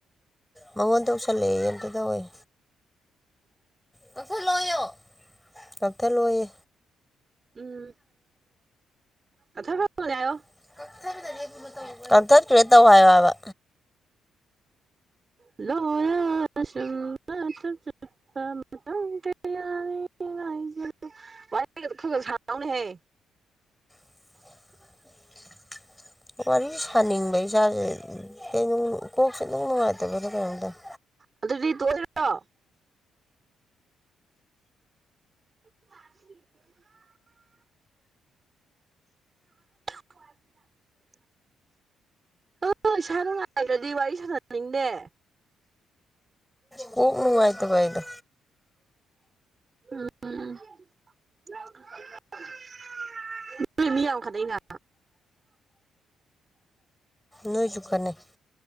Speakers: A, in the centre; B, on the right.
A: ꯃꯉꯣꯟꯗ ꯇꯧꯁꯜꯂꯛꯑꯦꯌꯦ ꯑꯃꯇ ꯇꯧꯋꯣ ꯌꯦ ꯀꯛꯊꯠ ꯂꯣꯏꯌꯣ ꯀꯛꯊꯠꯂꯣꯌꯦ
B: ꯎꯝ ꯀꯛꯊꯠ ꯈꯔꯕꯅꯦ ꯍꯥꯢꯌꯣ
A: <unintelligible> ꯀꯛꯊꯠꯈꯔꯦ ꯇꯧ ꯍꯥꯏꯌꯣ ꯍꯥꯏꯕ
B: ꯂꯣꯞ ꯁꯨꯝꯕ <unintelligible> ꯃꯇꯝ ꯀꯌꯥ <unintelligible> ꯋꯥꯔꯤ ꯒꯗꯣ ꯈꯔ ꯁꯔꯛ ꯎꯅꯦꯍꯦ
A: <unintelligible> ꯋꯥꯔꯤ ꯁꯥꯅꯤꯡꯕ ꯢꯆꯥꯁꯦ ꯀꯩꯅꯣ ꯀꯣꯛꯁꯤ ꯏꯅꯨꯡ ꯅꯨꯡꯉꯥꯏꯇꯕꯔꯥ ꯀꯩꯅꯣꯝ ꯇꯧꯏ
B: ꯑꯗꯨꯗꯤ ꯇꯣꯛꯑꯁꯤꯔꯣ <unintelligible> <unintelligible> ꯍꯣꯢ ꯏꯁꯥ ꯅꯨꯡꯉꯥꯏꯇꯔꯗꯤ ꯋꯥꯔꯤ ꯁꯥꯟꯅꯅꯤꯡꯗꯦ
A: ꯀꯣꯛ ꯅꯨꯡꯉꯥꯏ ꯇꯕꯥ ꯑꯩꯗꯣ
B: ꯎꯝ <unintelligible> ꯅꯣꯏ ꯃꯤ ꯌꯥꯝ ꯈꯠꯅꯩꯅ
A: ꯅꯣꯏꯖꯨ ꯈꯠꯅꯩ